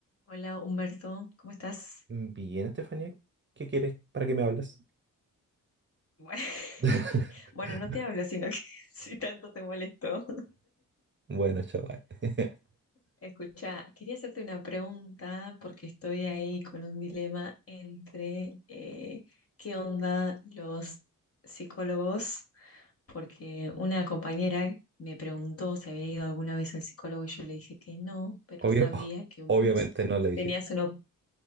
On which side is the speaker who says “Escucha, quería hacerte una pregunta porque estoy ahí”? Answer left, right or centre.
Left